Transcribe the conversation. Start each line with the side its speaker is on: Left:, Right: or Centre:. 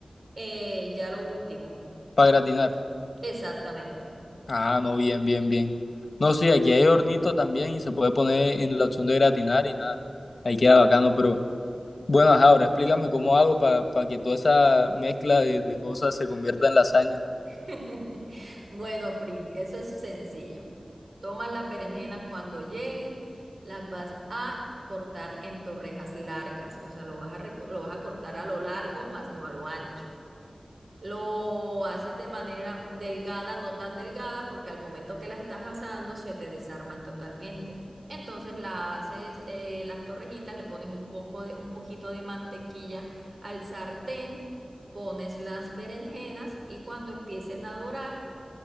Right: eh, ya lo último.
Left: para gratinar.
Right: Exactamente.
Left: Ah, no, bien, bien, bien. No, sí, aquí hay hornito también y se puede poner en la opción de gratinar y nada. Ahí queda bacano, pero bueno, ajá, ahora explícame cómo hago para que toda esa mezcla de, de cosas se convierta en lasaña.
Right: <laughs> Bueno, Pri, eso es sencillo. Tomas las berenjenas cuando lleguen, las vas a cortar en torrejas largas, o sea, lo vas a, reco- lo vas a cortar a lo largo, más no a lo ancho. Lo haces de manera delgada, no tan delgada, porque al momento que la estás asando se te desarman totalmente. Entonces la haces eh, las torrejitas, le pones un poco de, un poquito de mantequilla al sartén, pones las berenjenas y cuando empiecen a dorar,